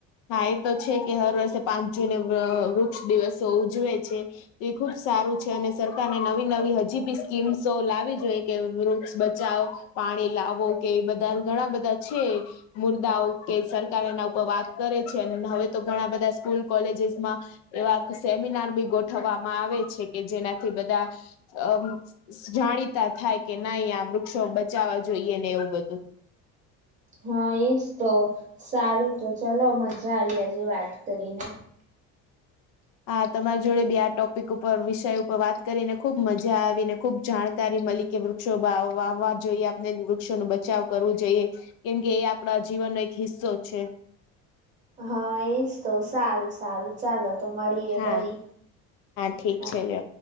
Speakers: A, on the left; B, on the right.
A: હા એ તો છે કે હર વર્ષે પાંચ જૂને વ વૃક્ષ દિવસો ઉજવે છે. એ ખુબ સારું છે અને સરકારને નવી નવી હજી બી સ્કીમ્સો લાવવી જોઈએ કે વૃક્ષ બચાઓ પાણી લાવો કે બધા ઘણા બધા છે મુર્દાઓ કે સરકાર એના ઉપર વાત કરે છે અને હવે તો ઘણા બધા સ્કૂલ કોલેજેસમાં એવા સેમિનાર બી ગોઠવવામાં આવે છે કે જેનાથી બધા અ જાણીતા થાય કે નઈ આ વૃક્ષો બચાવવા જોઈએ ને એવું બધું
B: હા એ જ તો સારું તો ચલો મજા આવી આજે વાત કરીને
A: હા તમારી જોડે બી આ ટોપિક ઉપર વિષય ઉપર વાત કરીને ખુબ મજા આવીને ખુબ જાણકારી મલી. કે વૃક્ષો વાવવા જોઈએ આપને વૃક્ષોનું બચાવ કરવું જોઈએ. કેમ કે એ આપણા જીવનનો એક હિસ્સો છે.
B: હા એજ તો સારું સારું. ચાલો તો મળીએ
A: હા
B: ફરી
A: ઠીક
B: હા.
A: છે લ્યો